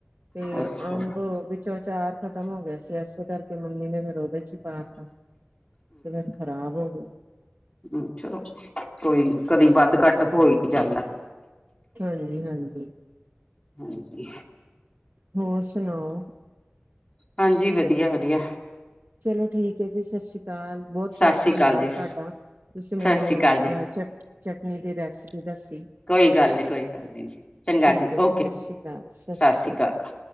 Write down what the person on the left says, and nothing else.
ਅੱਛਾ
ਅੱਛਾ, ਕੋਈ ਨੀ। ਕਦੀ ਵੱਧ ਘੱਟ ਹੋ ਹੀ ਜਾਂਦਾ।
ਹਾਂਜੀ।
ਹਾਂਜੀ, ਵਧੀਆ- ਵਧੀਆ।
ਸਤਿ
ਸ੍ਰੀ
ਅਕਾਲ ਜੀ ਸਤਿ
ਸ੍ਰੀ ਅਕਾਲ
ਜੀ
ਕੋਈ ਗੱਲ ਨੀ, ਕੋਈ ਗੱਲ ਨੀ ਜੀ, ਚੰਗਾ
ਜੀ
ਓਕੇ
ਸਾਸ੍ਰੀ ਅਕਾਲ।